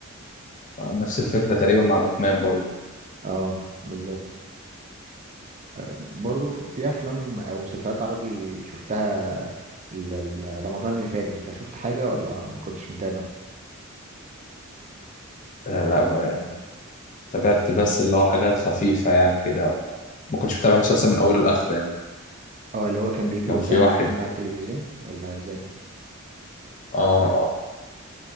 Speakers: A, on the left; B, on the right.
A: آه، نفس الفكرة تقريبا مع باتمان برضه
B: اه بالظبط برضه في افلام او مسلسلات عربي شفتها ال- ال- رمضان اللي فات انت شفت حاجة ولا ما كنتش متابع
A: آه، لا ما- تابعت بس اللي هو حاجات خفيفة يعني كده ما كنتش متابع مسلسل من أوله لآخره يعني
B: اه اللي هو كان بيجي
A: كان
B: قدامك
A: في واحد
B: يعني على التلفزيون ولا ازاي
A: اه اه